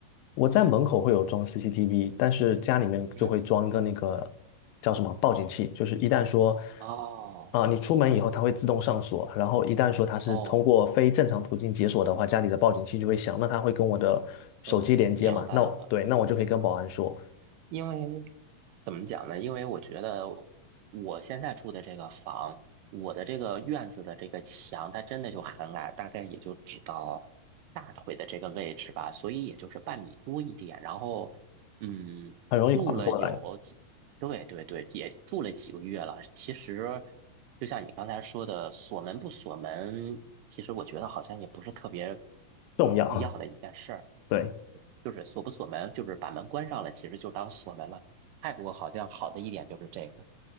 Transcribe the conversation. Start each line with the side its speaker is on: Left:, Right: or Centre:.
Left: 我在门口会有装 CCTV，但是家里面就会装一个那个叫什么报警器，
Right: 嗯，
Left: 就是一旦说
Right: 哦，
Left: 啊、你出门以后它会自动上锁，然后一旦说它是通过非正常途径解锁的话，
Right: 哦，
Left: 家里的报警器就会响，那它会跟我的手机连接嘛？
Right: 嗯，明白了。
Left: 那对，那我就可以跟保安说，
Right: 因为怎么讲呢？因为我觉得我现在住的这个房，我的这个院子的这个墙，它真的就很矮，大概也就只到大腿的这个位置吧，所以也就是半米多一点。然后，嗯，
Left: 很容易跨过来，
Right: 住了有几，对对对，也住了几个月了。其实，就像你刚才说的，锁门不锁门，其实我觉得好像也不是特别
Left: 重要，
Right: 必要的一件事儿。
Left: <laughs> 对。
Right: 就是锁不锁门，就是把门关上了，其实就当锁门了。泰国好像好的一点就是这个。